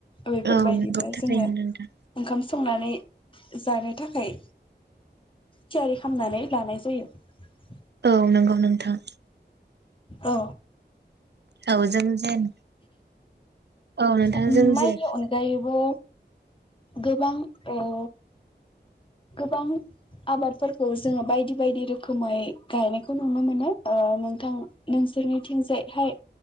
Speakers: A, on the left; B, on the right.
A: बेफोरबायदिनो
B: औ नंगौ थारैनो
A: जोङो
B: नोंथां
A: ओंखाम संनानै जानो थाखाय थियारि खालामनानै लानाय जायो।
B: औ नंगौ नोंथां।
A: औ।
B: औ जों जेन औ नोंथां
A: ओ
B: जों
A: माइनि
B: जे
A: अनगायैबो गोबां ओ गोबां आबादफोरखौ जोङो बायदि बायदि रोखोमै गायनायखौ नुनो मोनो ओ नोंथां नोंसोरनिथिंजायहाय